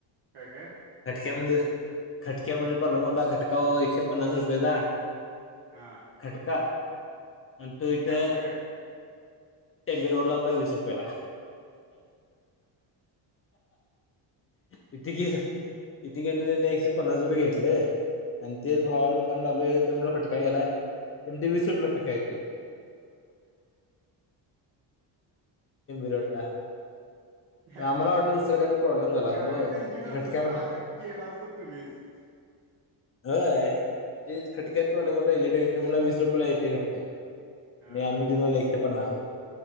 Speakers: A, on the right; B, on the left.
A: काय काय
B: खटक्यामध्येचं खटक्यामध्ये प्रॉब्लेम होता खटका ओ एकशे पन्नास रुपयेचा
A: हा
B: खटका आणि तो इथं
A: घातला काय
B: टेबी रोडला होता वीस रुपयाला. किती गेल. किती घेतल त्यांनी एकशे पन्नास रुपये घेतले आणि तेच
A: हम्म
B: भावाच्या दुकानात लावलोय ते म्हणलं खटका गेलाय ते म्हणत वीस रुपयाला खटका येतय. तिबी रोडला
A: काय
B: आम्हाला वाटलं दुसरं काहीतर प्रॉब्लेम झाला असल
A: गाडीचं
B: ओ
A: इंजिन
B: ते
A: असलं
B: घटक्यामध
A: तर केला असत तुम्हीच
B: होय ते खटक्यातच प्रॉब्लेम होता इलेक्ट्रिकल तो म्हणला वीस रुपयेला येते खटका ह्यो
A: हा
B: आणि आम्ही देऊन आलो एकशे पन्नास रूप